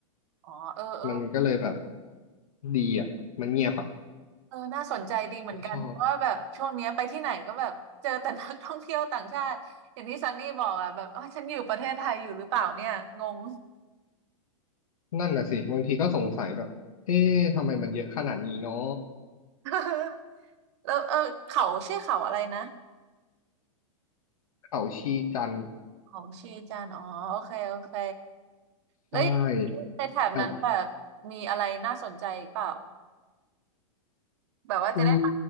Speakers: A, on the right; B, on the left.
A: อ๋อเออเออ
B: มันก็เลยแบบดีอะมันเงียบอะ
A: เออน่าสนใจดีเหมือนกันเพราะว่าแบบช่วงเนี้ยไปที่ไหนก็แบบเจอแต่นักท่องเที่ยวต่างชาติอย่างที่ซันนี่บอกอ่ะแบบเอ้ยฉันอยู่ประเทศไทยอยู่หรือเปล่าเนี่ยงง
B: ไม่ชอบนั่นน่ะสิบางทีก็สงสัยแบบเอ๊ะทำไมมันเยอะขนาดนี้เนาะ
A: <laughs> แล้วเออเขาชื่อเขาอะไรนะ
B: เขาชีจันทร์
A: เขาชีจันทร์อ๋อโอเคโอเคแล้วในแถบนั้นแบบมีอะไรน่าสนใจเปล่า
B: ใช่แต่
A: แบบว่าจะได้ไป
B: อื